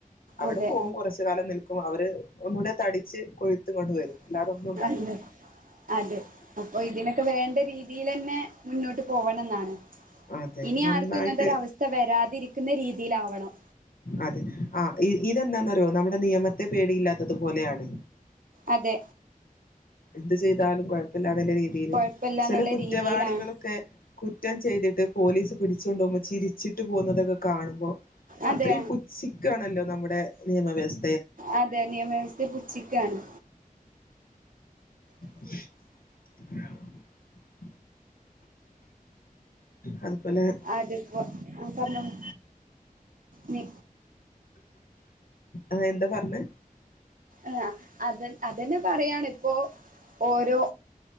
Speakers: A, on the left (about 75°); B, on the right (about 65°).
A: അവിടെ
B: അതെ
A: പോവും കുറച്ച് കാലം നിൽക്കും അവര് ഒന്നൂടെ തടിച്ച് കൊഴുത്ത് ഇങ്ങോട്ട് വരും
B: <unintelligible>
A: അല്ലാതെ ഒന്നും ഉണ്ടാവില്ല
B: അതെ അപ്പൊ ഇതിനൊക്കെ വേണ്ട രീത് തീലെന്നെ മുൻ ന്നോട്ട് പോകണം ന്നാണ്
A: അതെ
B: ഇനി
A: നന്നായിട്ട്
B: ആർക്കും ഇങ്ങനത്തെര അവസ്ഥ വരാതിരിക്കുന്ന രീത് തിലാവണം
A: അതെ ആ ഇ ഇതെന്താന്നറിയോ നമ്മള് നിയമത്തെ പേടിയില്ലാത്തതുപലെയാണ്
B: അതെ
A: എന്ത് ചെയ്താലും കുഴപ്പല്ലാത് നല്ല രീതിയിൽ
B: കൊഴപ്പല്ലാന്നുള്ള
A: ചില കുറ്റവാളികളൊക്കെ
B: രീതിയിലാണ്
A: കുറ്റം ചെയ്തിട്ട് പോലീസ് പിടിച്ചോണ്ട് ഓഉമ്പോ ചിരിച്ചിട്ട് പോഉന്നതെതെ കാണുമ്പോ
B: അതെ
A: അത്രയും പുച്ഛിക്കാണല്ലോ നമ്മുട് ടെ നിയമവ്യസ്
B: അതെ നിയമവ്യവസ്ഥ പുച്ചിക്കാണ്
A: ഉ <unintelligible> ഇ <inaudible> അത് പൊലെ
B: അതിപ്പോ ആ പറഞ്ഞോളൂ നി
A: ആ എന്താ പർഞ്ഞേ?
B: ആ അതെ അതെന്നെ പറയാണിപ്പോ ഓരോ